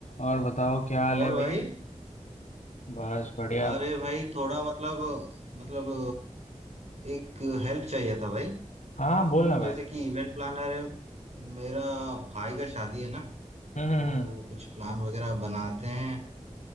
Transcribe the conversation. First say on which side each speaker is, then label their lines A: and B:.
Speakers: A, on the left; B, on the right.
A: और बताओ क्या हाल
B: और
A: है
B: भाई
A: भाई बस बढ़िया
B: अरे भाई थोड़ा मतलब मतलब एक हेल्प चाहिए था भाई
A: हाँ हाँ,
B: तो
A: बोलना भाई
B: जैसे कि इवेंट प्लानर है मेरा भाई का शादी है ना
A: हम्म
B: तो
A: हम्म हम्म,
B: कुछ प्लान वगैरह बनाते हैं